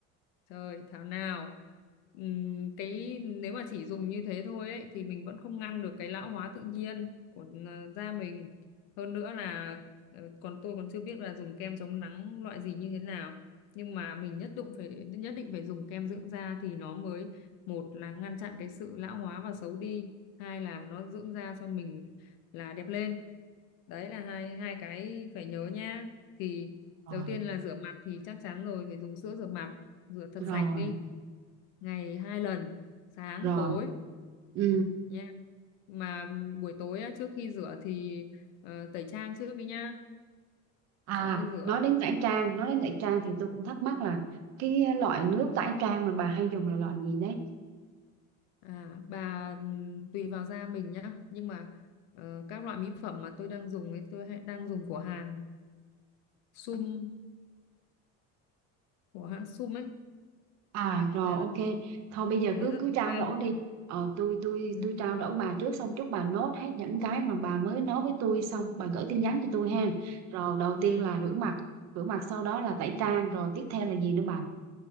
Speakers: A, on the left; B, on the right.
A: Trời, thảo nào. Ừm, cái nếu mà chỉ dùng như thế thôi ấy, thì mình vẫn không ngăn được cái lão hóa tự nhiên của ờ, da mình. Hơn nữa là ờ, còn tôi còn chưa biết là dùng kem chống nắng loại gì như thế nào. Nhưng mà mình nhất định phải nhất định phải dùng kem dưỡng da thì nó mới một là ngăn chặn cái sự lão hóa và xấu đi, hai là nó dưỡng da cho mình là đẹp lên đấy là hai hai cái phải nhớ nha thì
B: rồi
A: đầu tiên là rửa mặt thì chắc chắn rồi phải dùng sữa rửa mặt rửa thật
B: rồi
A: sạch đi ngày hai lần sáng
B: rồi
A: tối
B: ừ
A: nha mà buổi tối á, trước khi rửa thì ờ, tẩy trang trước đi nha
B: à
A: xong mới rửa
B: nói đến tẩy trang nói đến tẩy trang thì tôi cũng thắc mắc là cái loại nước tẩy trang mà bà hay dùng là loại gì đấy
A: à, bà ừm, tùy vào da mình nhá nhưng mà ờ, các loại mỹ phẩm mà tôi đang dùng ấy tôi hay- đang dùng của Hàn Sum của hãng Sum ấy
B: À rồi
A: là
B: ok
A: là
B: Thôi bây giờ
A: thấy
B: cứ
A: rất
B: cứ
A: ok
B: trao đổi đi Ờ tôi tôi
A: ừ.
B: tôi trao đổi bà trước Xong chút bà nốt hết những cái mà bà mới nói
A: Ừ.
B: với tôi Xong bà gửi tin nhắn cho tôi
A: Ừ.
B: ha Rồi đầu
A: ừ.
B: tiên là rửa mặt Rửa mặt sau đó là tẩy trang Rồi tiếp theo là gì nữa bà